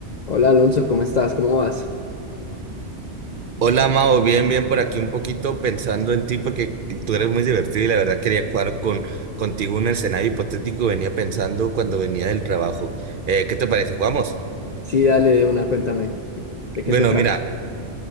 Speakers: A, on the left (about 60°); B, on the right (about 55°).
A: Hola Alonso, ¿cómo estás? ¿Cómo vas?
B: Hola, Mao, bien, bien por aquí un poquito pensando en ti porque tú eres muy divertido y la verdad quería jugar con, contigo un escenario hipotético que venía pensando cuando venía del trabajo. Eh, ¿qué te parece? ¿Jugamos?
A: Sí, dale de una, cuéntame. ¿De
B: Bueno,
A: qué se trata?
B: mira,